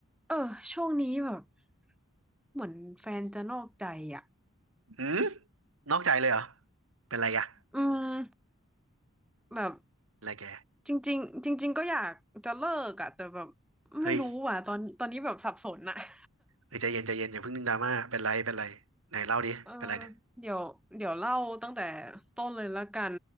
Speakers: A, in the centre; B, on the right (about 75°).
A: เออช่วงนี้แบบเหมือนแฟนจะนอกใจอ่ะ
B: หืมนอกใจเลยเหรอเป็นไรอะ
A: อืมแบบ
B: เป็นไรแก
A: จริงๆจริงๆก็อยากจะเลิกอ่ะแต่แบบ
B: เฮ้ย
A: ไม่รู้อ่ะตอนตอนนี้แบบสับสนอ่ะ <laughs>
B: เฮ้ยใจเย็นใจเย็นอย่าเพิ่งนึกดราม่าเป็นไรเป็นไรไหนเล่าดิเป็นไรเนี่ย
A: เออเดี๋ยวเดี๋ยวเล่าตั้งแต่ต้นเลยละกัน